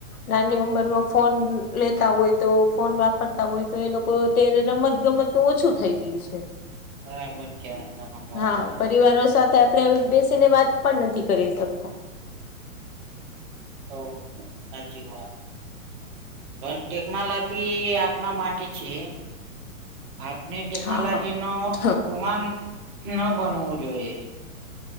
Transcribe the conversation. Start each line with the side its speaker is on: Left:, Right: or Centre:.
Left: નાની ઉંમરમાં ફોન લેતા હોય તો, ફોન વાપરતા હોય તો, એ લોકો અત્યારે રમત ગમત તો ઓછું થઈ ગયું છે.
Right: બરાબર છે તમારી વાત
Left: હા
Right: તો.
Left: પરિવારો સાથે આપણે બેસીને વાત પણ નથી કરી શકતા.
Right: તો સાચી વાત. પણ ટેકનોલોજી આપના માટે છે. આપને ટેકનોલોજી
Left: હા
Right: ને ઓમાન ન બનવું જોઈએ.